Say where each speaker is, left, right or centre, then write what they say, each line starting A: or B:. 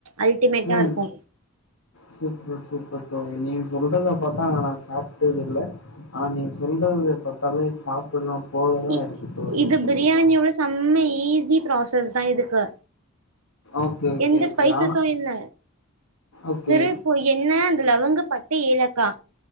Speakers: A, on the right; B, on the left.
A: அல்டிமேட்டா
B: ம்
A: இருக்கு
B: சூப்பர் சூப்பர் தோலி நீங்க சொல்றதா பாத்தா நா நா சாப்ட்டது இல்ல ஆனா நீங்க சொல்றது பாத் தள்ளுங்க சாப்பிடலா போலலா
A: இ
B: இருக்கு தோழி
A: இது
B: கண்டிப்பா
A: பிரியாணியோட செம்ம ஈஸி ப்ராசஸ் தா இதுக்கு
B: ஓகே ஓகே
A: எந்த
B: ஓகே
A: ஸ்பைசஸு
B: ஆனா
A: இல்ல
B: ஓகே
A: வேறு இப்போ என்ன லவங்க பட்ட ஏலக்கா